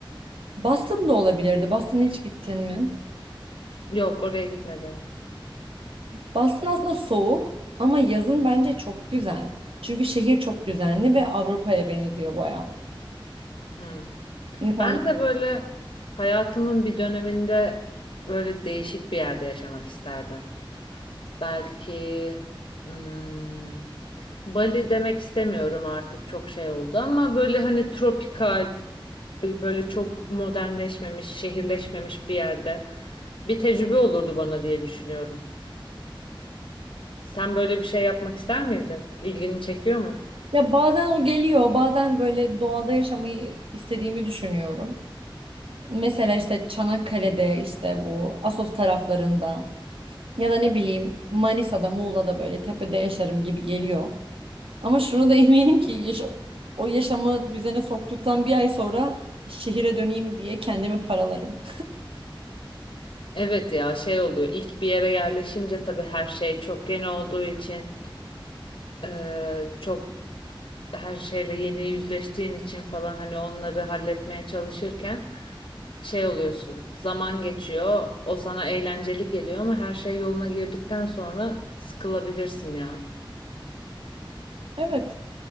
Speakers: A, on the right; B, on the left.
A: Boston da olabilirdi. Boston'a hiç gittin mi?
B: Yok oraya gitmedim.
A: Boston aslında soğuk ama yazın bence çok güzel. Çünkü şehir çok düzenli ve Avrupa'ya benziyor bayağı.
B: Hmm.
A: İnsanların
B: Ben de böyle hayatımın bir döneminde böyle değişik bir yerde yaşamak isterdim. Belki hmm, Bali demek istemiyorum artık çok şey oldu ama böyle hani tropikal böyle çok modernleşmemiş, şehirleşmemiş bir yerde bir tecrübe olurdu bana diye düşünüyorum. Sen böyle bir şey yapmak ister miydin? İlgini çekiyor mu?
A: Ya bazen o geliyor, bazen böyle doğada yaşamayı istediğimi düşünüyorum. Mesela işte Çanakkale'de işte bu Assos taraflarında ya da ne bileyim Manisa'da, Muğla'da böyle tepede yaşarım gibi geliyor. Ama şunu da eminim ki yaşa- o yaşamı düzene soktuktan bir ay sonra şehire döneyim diye kendimi paralarım.
B: Evet ya şey oluyor. İlk bir yere yerleşince tabii her şey çok yeni olduğu için eee, çok her şeyle yeni yüzleştiğin için falan hani onları halletmeye çalışırken şey oluyorsun. Zaman geçiyor. O sana eğlenceli geliyor ama her şey yoluna girdikten sonra sıkılabilirsin ya.
A: Evet.